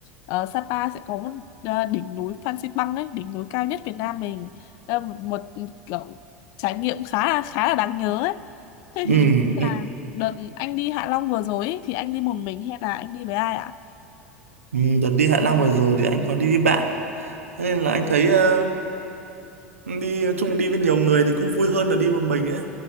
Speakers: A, on the left; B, on the right.
A: ờ, Sapa sẽ có một ờ, đỉnh núi Phan Xipang ấy đỉnh núi cao nhất Việt Nam mình Ờ, một, một kiểu trải nghiệm khá là khá là đáng nhớ ấy thế
B: ừ,
A: thì không biết
B: ừ.
A: là đợt anh đi Hạ Long vừa rồi ấy, thì anh đi một mình hay là anh đi với ai ạ
B: ừ. đợt đi Hạ Long vừa rồi thì anh có đi với bạn thế nên là anh thấy ờ, đi chung đi với nhiều người thì cũng vui hơn là đi một mình ấy